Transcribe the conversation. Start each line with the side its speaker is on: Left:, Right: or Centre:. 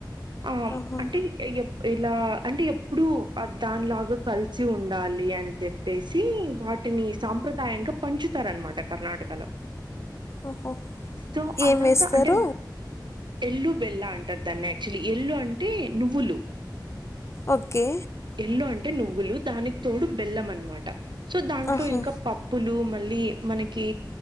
Right: ఆ
Left: ఆహా!
Right: అంటే ఇలా అంటే ఎప్పుడు దానిలాగా కలిసి ఉండాలి అని చెప్పేసి వాటిని సాంప్రదాయంగా పంచుతారనమాట కర్ణాటకలో
Left: ఓహో
Right: సో
Left: ఏం
Right: అలాగా
Left: వేస్తారు
Right: అంటే ఎల్లు బెల్ అంటారు దనే ఎల్లు అంటే నువ్వులు
Left: ఓకే.
Right: ఎలో అంటే టే నువ్వులు దానికి తోడు బెల్లం అనమాట సో దాంట్లో
Left: ఆహా!
Right: ఇంకా పప్పులు మళ్ మనకి